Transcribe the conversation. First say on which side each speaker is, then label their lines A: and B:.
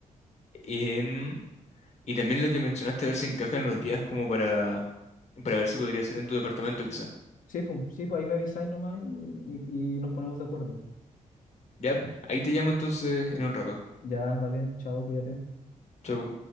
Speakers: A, on the left (about 55°); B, on the left (about 75°).
A: Em, y también lo que mencionaste, a ver si encajan los días como para, para ver si podría ser en tu departamento quizá.
B: Sí, pues, sí, pues ahí me avisáis nomás y, y, y nos ponemos de acuerdo.
A: Ya, ahí te llamo entonces en un rato.
B: Ya, vale, chao, cuídate.
A: Chau.